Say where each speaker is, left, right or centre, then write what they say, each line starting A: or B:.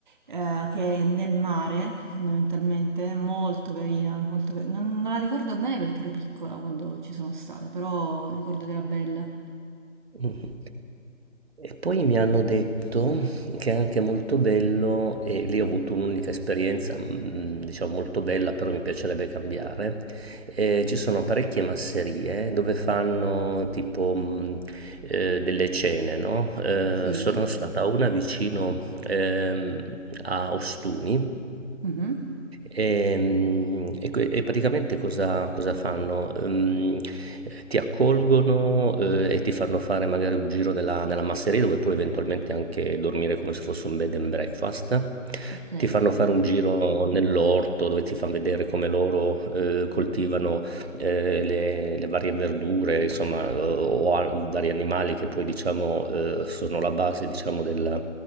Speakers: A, on the right; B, on the right.
A: eh, che è nel mare, fondamentalmente, è molto carina, molto ca- Non, non la ricordo bene perché ero piccola quando ci sono stata, però ricordo che era bella.
B: Mh-mh. E poi mi hanno detto che è anche molto bello e lì ho avuto un'unica esperienza, mhmm, diciamo molto bella, però mi piacerebbe cambiare. Ehm, ci sono parecchie masserie dove fanno tipo, mhmm, ehm, delle cene, no, ehm,
A: Sì,
B: sono stata a una vicino, ehm, a Ostuni
A: Mhm.
B: Ehm, e, que- e praticamente cosa, cosa fanno? Ehm, ti accolgono, eh, e ti fanno fare magari un giro nella, nella masseria dove puoi eventualmente anche dormire come se fosse un bed and breakfast.
A: Ok,
B: Ti fanno fare un giro nell'orto dove ti fanno vedere come loro, eh, coltivano eh, le, le varie verdure, insomma, o a- vari animali che poi diciamo eh, sono la base, diciamo, della,